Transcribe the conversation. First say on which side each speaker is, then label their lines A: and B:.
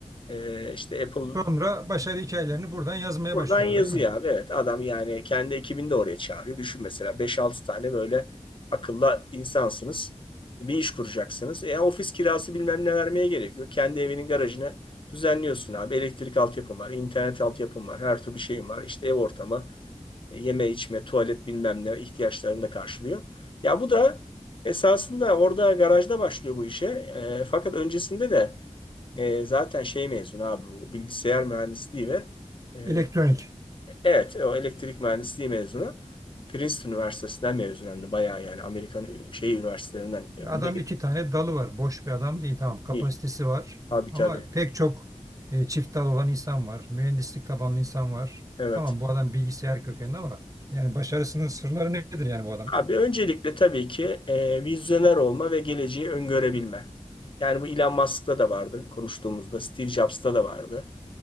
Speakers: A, on the left (about 45°); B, on the right (about 25°).
A: Ee, işte Apple
B: Sonra başarı hikayelerini buradan yazmaya
A: buradan
B: başlıyorlar
A: yazıyor
B: değil mi?
A: abi. Evet adam yani kendi ekibini de oraya çağırıyor. Düşün mesela beş altı tane böyle akıllı insansınız. Bir iş kuracaksınız. E, ofis kirası bilmem ne vermeye gerekiyor. Kendi evinin garajına düzenliyorsun abi. Elektrik altyapım var, internet altyapım var, her türlü şeyim var. İşte ev ortamı, e, yeme içme, tuvalet bilmem ne ihtiyaçlarını da karşılıyor. Ya bu da esasında orada garajda başlıyor bu işe. E, fakat öncesinde de e, zaten şey mezunu abi bu bilgisayar mühendisliği ve e,
B: Elektronik.
A: evet o elektrik mühendisliği mezunu. Princeton Üniversitesi'nden mezun hem de bayağı yani Amerikan şey üniversitelerinden e, önde
B: Adam
A: gelen
B: iki tane dalı var. Boş bir adam değil tamam. Kapasitesi
A: değil.
B: var.
A: Abi
B: Ama
A: tabii.
B: pek çok e, çift dal olan insan var. Mühendislik tabanlı insan var.
A: Evet.
B: Tamam bu adam bilgisayar kökenli ama yani başarısının sırları nedir yani bu adam?
A: Abi öncelikle tabii ki e, vizyoner olma ve geleceği öngörebilme. Yani bu Elon Musk'ta da vardı konuştuğumuzda, Steve Jobs'ta da vardı.